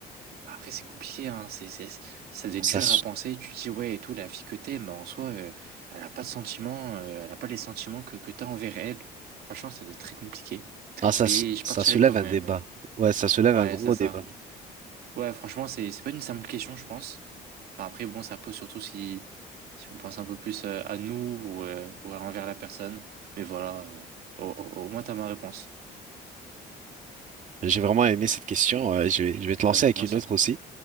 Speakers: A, on the right; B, on the right.
A: bah, après, c'est compliqué, hein. C'est, c'est, c'est- ça doit être
B: Ça,
A: dur à penser. Tu te dis, ouais, et tout, la fille que t'aimes, bah, en soi, euh, elle a pas de sentiments, euh, elle a pas les sentiments que, que t'as envers elle. Franchement, ça doit être très compliqué.
B: Ah, ça,
A: Mais
B: se-
A: je
B: ça
A: partirais
B: soulève
A: quand même.
B: un débat.
A: euh.
B: Ouais, ça soulève
A: Ouais,
B: un gros
A: c'est ça.
B: débat.
A: Ouais, franchement, c'est c'est pas une simple question, je pense. Enfin, après, bon, ça pose surtout si, si on pense un peu plus euh, à nous ou, euh, ou à envers la personne. Mais voilà, euh, au, au- au moins, t'as ma réponse.
B: J'ai vraiment aimé cette question. euh, je vais, je vais te
A: Ouais,
B: lancer avec
A: moi
B: une
A: aussi.
B: autre aussi.